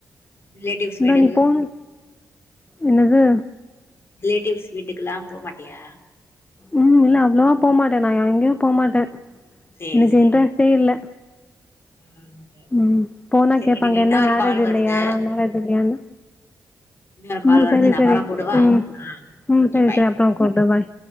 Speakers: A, on the left (about 45°); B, on the left (about 20°).
A: ரிலேட்டிவ்ஸ்
B: இந்தா
A: வீடுக்கு
B: நீ போனு என்னது
A: ரிலேட்டிவ்ஸ் வீட்டுக்கெல்லா போமாட்டியா
B: உம் இல்ல அவ்வளவா போமாட்டே நா எங்கேயு போமாட்டே
A: சேரி
B: எனக்கு
A: சேரி
B: இன்ட்ரெஸ்ட்டே இல்ல
A: ம் ஓகே ஓகே
B: உம் போனா
A: சரி
B: கேப்பாங்க
A: எனக்கு இன்னொரு
B: என்ன மேரேஜ்
A: கால்
B: இல்லையா
A: வருது
B: மேரேஜ் இல்லையானு
A: இன்னொரு கால்
B: உம்
A: வருது
B: சேரி
A: நா
B: சேரி
A: அப்பறமா கூடவா
B: உம்
A: ஆ
B: உம்
A: ஓகே
B: செரி
A: பாய்
B: செரி அப்புறம்மா கூப்பிடு பாய்